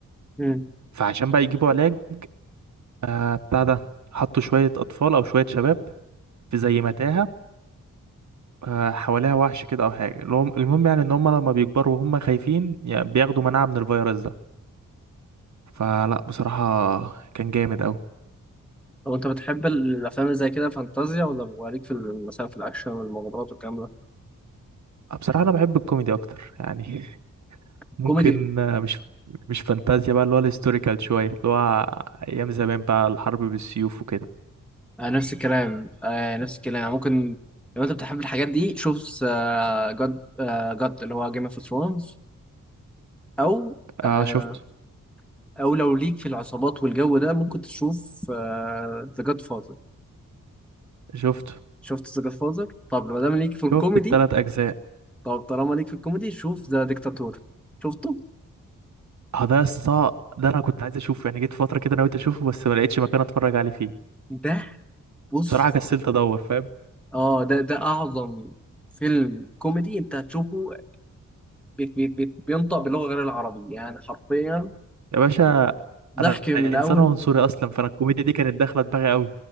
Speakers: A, in the centre; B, on the right (about 60°).
A: مم.
B: فعشان بقى يجيبوا علاج آه، بتاع ده حطوا شوية أطفال أو شوية شباب في زي متاهة آه، حواليها وحش كده أو حاجة المهم المهم يعني إن هم لما بيكبروا وهم خايفين يعني بياخدوا مناعة من الفيروس ده فلا بصراحة كان جامد أوي
A: لو انت بتحب ال- الافلام اللي زي كده فانتازيا ولا بيبقى ليك في ال- مثلا في الاكشن والمغامرات والكلام ده
B: آه، بصراحة أنا بحب الكوميدي أكتر يعني <laughs> ممكن
A: كوميدي
B: آه، مش مش فانتازيا بقى اللي هو الهيستوريكال شوية اللي هو أيام زمان بقى الحرب بالسيوف وكده
A: آه نفس الكلام آه نفس الكلام يعني ممكن لو انت بتحب الحاجات دي شوف جاد جاد اللي هو جيم اوف ثرونز او آه
B: آه شفت
A: او لو ليك في العصابات والجو ده ممكن تشوف ذا جاد فازر
B: شفت
A: شفت ذا جاد فازر طب ما دام ليك في الكوميدي
B: شفت التلات أجزاء
A: طب طالما ليك في الكوميدي شوف ذا ديكتاتور شفته
B: اه ده الصا ده أنا كنت عايز أشوفه يعني جيت فترة كده أنا قلت أشوفه بس ما لقيتش مكان أتفرج عليه فيه
A: ده بص
B: بصراحة كسلت أدور فاهم
A: اه ده ده اعظم فيلم كوميدي انت هتشوفه بيت بيت بيت بينطق باللغه غير العربي يعني حرفيا
B: يا باشا
A: ضحك
B: انا
A: من
B: انسان
A: اول
B: عنصري اصلا فانا الكوميديا دي كانت داخله دماغي قوي